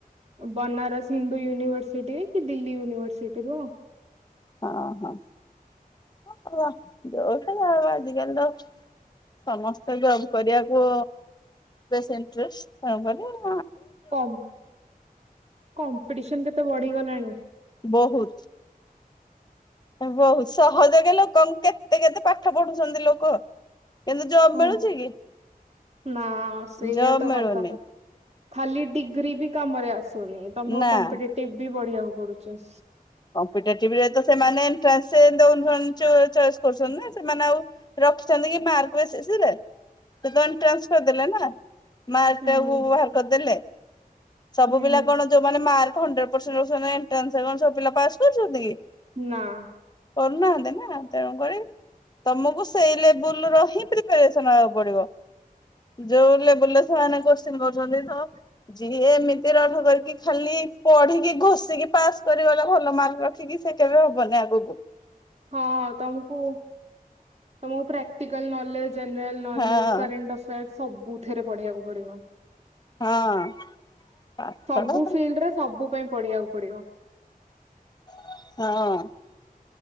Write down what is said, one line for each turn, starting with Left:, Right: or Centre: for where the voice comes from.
Right: ବନାରସ ହିନ୍ଦୁ ୟୁନିଭରସିଟିରେ କି ଦିଲ୍ଲୀ ୟୁନିଭରସିଟିରୁୁ ଆଉ।
Left: ହଁ ହଁ। ହଁ ଭଲ ଯୋଉଠି ତମେ ଆଜିକାଲି ତ ସମସ୍ତେ ଜବ କରିବାକୁ ବେଶ ଇଣ୍ଟରେଷ୍ଟ ତେଣୁ କରି
Right: କମ୍ କମ୍ପିଟିସନ କେତେ ବଢିଗଲାଣି।
Left: ବୋହୁତ୍। ହେଁ ବହୁ ସହଜକେ ଲୋକଙ୍କୁ କେତେ କେତେ ପାଠ ପଢୁଛନ୍ତି ଲୋକ। କିନ୍ତୁ ଜବ
Right: ହଁ
Left: ମିଳୁଚି କି?
Right: ନା ସେଇଆ
Left: ଜବ
Right: ତ
Left: ମିଳୁନି।
Right: କଥା ଖାଲି ଡିଗ୍ରୀ ବି କାମରେ ଆସ୍ ତୋ ହେ ତମୁକୁ
Left: ନା।
Right: କମ୍ପିଟେଟିବ୍ ବି ପଢିଆକୁ ପଡ଼ୁଚି।
Left: କମ୍ପିଟେଟିଭ ରେ ତ ସେମାନେ ଏଣ୍ଟ୍ରାନ୍ସେ ଦୋଉନାହାଁ ଚ ଚଏସ୍ କରୁଛନ୍ତି ନାଁ। ସେମାନେ ଆଉ ରଖିଚନ୍ତି କି ମାର୍କ ବେସିସରେ ସିଏ ତ ଏନଟ୍ରାନ୍ସ କରିଦେଲେ ନାଁ। ମାର୍କଟାକୁ
Right: ହୁଁ
Left: ବାହାର କରିଦେଲେ। ସବୁ
Right: ହୁଁ
Left: ପିଲା କଣ ଯୋଉମାନେ ମାର୍କ ହଣ୍ଡ୍ରେ ପରସେଣ୍ଟ୍ ପସେନ ନାଇଁ ଏଣ୍ଟ୍ରାନ୍ସରେ କଁ ସବୁ ପିଲା ପାସ୍ କରୁଚନ୍ତି କି?
Right: ନାଁ।
Left: କରୁନାହାନ୍ତି ନାଁ ତେଣୁକରି ତମକୁ ସେଇ ଲେବୁଲର ହିଁ ପ୍ରିପାରେସନ ହବାକୁ ପଡ଼ିବ। ଯୋଉ ଲେବୁଲରେ ସେମାନେ କୋଶ୍ଚିନ୍ କରୁଛନ୍ତି ତ ଯିଏ ଏମିତି ରଠ କରିକି ଖାଲି ପଢିକି ଘୋଷିକି ପାସ୍ କରିଗ ଲା ଭଲ ମାର୍କ ରଖିକି ସେ କେବେ ହବନି ଆଗୁକୁ।
Right: ହଁ ତମକୁ ତମକୁ ପ୍ରାକ୍ଟିକାଲ ନଲେଜ ଜେନେରାଲ
Left: ହଁ
Right: ନଲେଜ କରେଣ୍ଟ ଆଫେୟାରର୍ସ ସବୁଥିରେ ପଢ଼ିବାକୁ ପଡ଼ିବ।
Left: ହଁ। ପାଠଟା
Right: ସବୁ ଫିଲ୍ଡରେ ସବୁ ପାଇଁ ପଢିବାକୁ ପଡ଼ିବ।
Left: ହଁ।